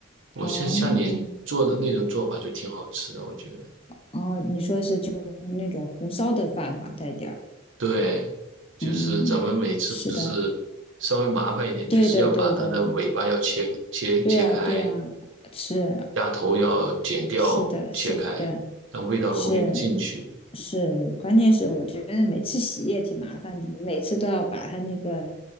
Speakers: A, on the right; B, on the left.
A: 我像像你做的那种做法就挺好吃的，
B: 哦。
A: 我觉得。
B: 哦，你说是就那种红烧的饭哈，带点儿。
A: 对，就是咱们每次不是稍微麻烦一点，
B: 嗯，是的，对的，
A: 就是要把它的尾巴要切切切开，
B: 对的，对啊，对啊，是
A: 鸭头要剪掉切开，
B: 是的，是的，
A: 让味道容易进去。
B: 是是，关键是我觉得每次洗也挺麻烦的，你每次都要把它那个